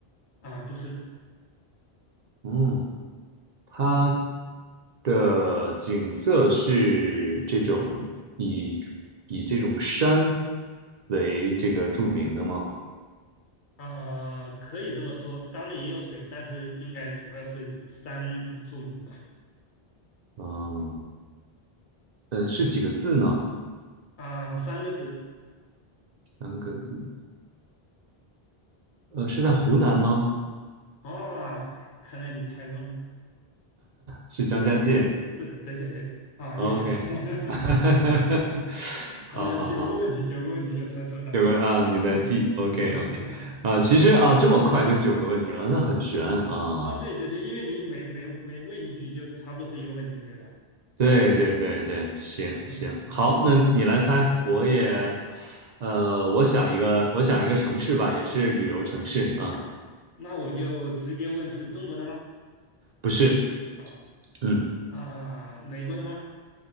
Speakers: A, on the left (about 55°); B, on the right (about 55°).
A: 啊，不是
B: 嗯，它的景色是这种以以这种山为这个著名的吗？
A: 啊，可以这么说。当然也有水，但是应该主要是以山著名吧。
B: 嗯，呃，是几个字呢？
A: 啊，三个字
B: 三个字。呃，是在湖南吗？
A: 啊，看来你猜中了。
B: 是张家界。
A: 是的，是的，对对对，啊，厉害厉害，
B: OK，<laughs>
A: <laughs>
B: 好好好，
A: 啊，九个问题，九个问题就猜出来了。
B: 九个啊，你在记。
A: 啊。
B: OK
A: <laughs>
B: OK，啊，其实啊，这么快就九个问题了，那很悬啊。
A: 啊，对对对，因为你每每每问一句，就差不多是一个问题，对吧？
B: 对对对对，行行，
A: 嗯嗯，
B: 好，那你来猜，
A: 啊，
B: 我也，
A: 行
B: 呃，我想一个，我想一个城市吧，也是旅游城市啊，
A: 啊，那我就直接问是中国的吗？
B: 不是，
A: 啊
B: 嗯，
A: 啊，美国的吗？